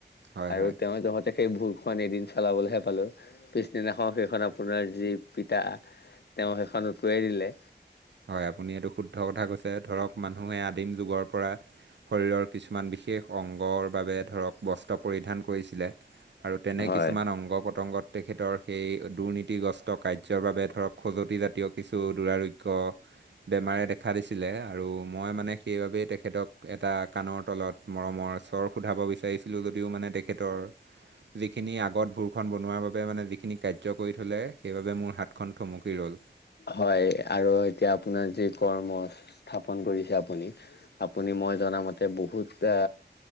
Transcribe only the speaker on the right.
হয়
হয়
হয় আপুনি এইটো শুদ্ধ কথা কৈছে, ধৰক মানুহে আদিম যুগৰ পৰা শৰীৰৰ কিছুমান বিশেষ অংগৰ বাবে ধৰক বস্ত্ৰ পৰিধান কৰিছিলে। আৰু তেনে
কিছুমান অংগ- পতংগত তেখেতৰ সেই দুৰ্নীতিগ্ৰস্ত কাৰ্যৰ বাবে ধৰক খজুৱতিজাতীয় কিছু দুৰাৰো গ্য বেমাৰে দেখা দিছিলে আৰু মই মানে সেইবাবেই তেখেতক এটা কাণৰ তলত মৰমৰ স্বৰ সোধাব বিচাৰিছিলোঁ যদিও মানে তেখেতৰ যিখিনি আগত ভোৰখন বনোৱাৰ বাবে মানে যিখিনি কাৰ্য কৰি থ'লে সেইবাবে মোৰ হাতখন থমকি ৰ'ল।